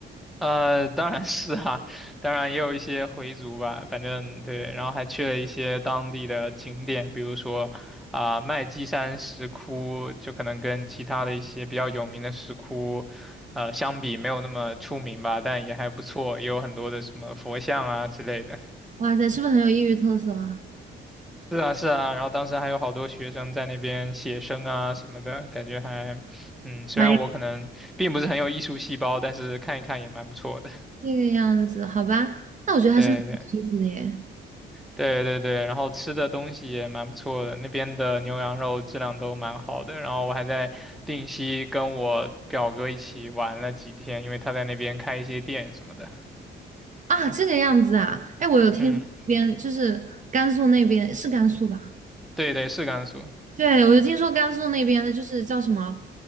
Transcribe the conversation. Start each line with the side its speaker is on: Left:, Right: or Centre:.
Centre: 呃，当然是啊，当然也有一些回族吧，反正对，然后还去了一些当地的景点，比如说啊、麦积山石窟，就可能跟其他的一些比较有名的石窟，呃，相比没有那么出名吧，但也还不错，也有很多的什么佛像啊之类的。
Right: 哇塞，是不是很有异域特色啊？
Centre: 是啊，是啊，然后当时还有好多学生在那边写生啊什么的，感觉还，嗯，虽然我可能并不是很有艺术细胞，
Right: 妈
Centre: 但是看一看也蛮不错的。
Right: 这个样子，好吧，那我觉得还是蛮有意思的耶。
Centre: 对对。对对对，然后吃的东西也蛮不错的，那边的牛羊肉质量都蛮好的。然后我还在定西跟我表哥一起玩了几天，因为他在那边开一些店什么的。
Right: 啊，这个样子啊，哎，我有听说那边就是甘肃那边是甘肃吧？
Centre: 嗯，对对，是甘肃。
Right: 对，我就听说甘肃那边的，就是叫什么，